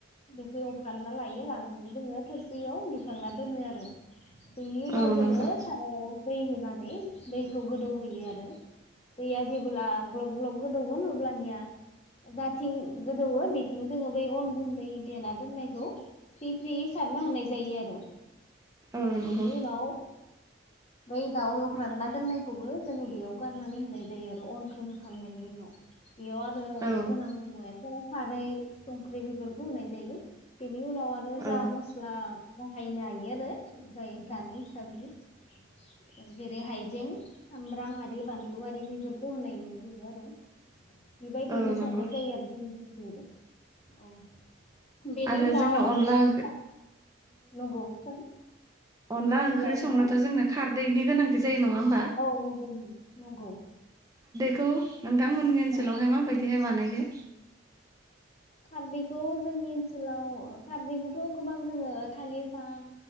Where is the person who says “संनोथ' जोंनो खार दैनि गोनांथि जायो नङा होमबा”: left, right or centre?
Right